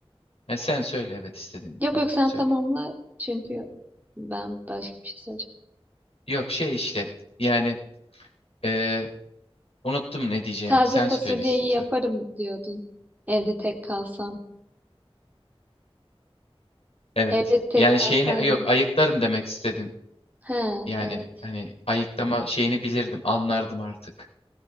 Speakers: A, on the left; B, on the right.
A: E, sen söyle evet istediğini.
B: Yok
A: Ha
B: yok sen
A: söyle.
B: tamamla çünkü ben başka bir şey söyleyeceğim.
A: Yok şey işte yani e, unuttum ne diyeceğimi.
B: Taze
A: Sen
B: fasulyeyi
A: söyle istiyorsan.
B: yaparım diyordun. Evde tek kalsam.
A: Evet.
B: Evde tek
A: Yani
B: kalsaydım.
A: şeyini yok ayıklarım demek istedim.
B: He,
A: Yani
B: evet.
A: hani ayıklama şeyini bilirdim, anlardım artık.